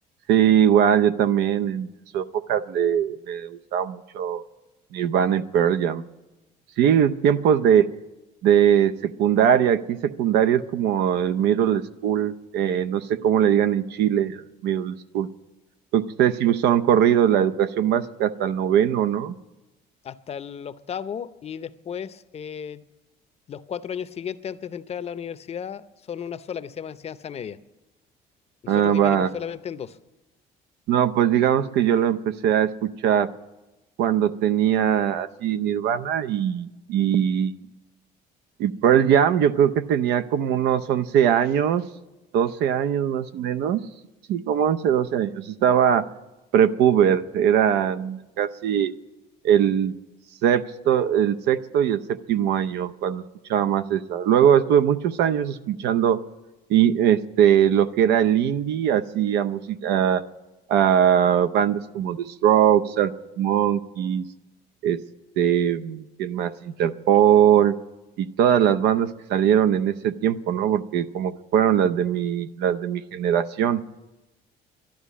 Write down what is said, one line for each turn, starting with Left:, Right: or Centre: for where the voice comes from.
Right: Sí, igual yo también en, en su época le, me gustaba mucho Nirvana y Pearl Jam. Sí, tiempos de, de secundaria. Aquí secundaria es como el middle school. eh, no sé cómo le digan en Chile, el middle school. Creo que ustedes sí son corridos la educación básica hasta el noveno, ¿no?
Left: hasta el octavo y después eh, los cuatro años siguientes antes de entrar a la universidad son una sola que se llama enseñanza media. Nosotros
Right: Ah,
Left: dividimos
Right: va.
Left: solamente en dos.
Right: No, pues digamos que yo lo empecé a escuchar cuando tenía así Nirvana y, y Y Pearl Jam, yo creo que tenía como unos 11 años, 12 años más o menos. Sí, como 11 12 años. Estaba prepuber, eran casi el sexto, el sexto y el séptimo año cuando escuchaba más esa. Luego estuve muchos años escuchando y este lo que era el indie, así a música, a- a bandas como The Strokes, Arctic Monkeys, este, ¿quién más? Interpol y todas las bandas que salieron en ese tiempo, ¿no? Porque como que fueron las de mi, las de mi generación.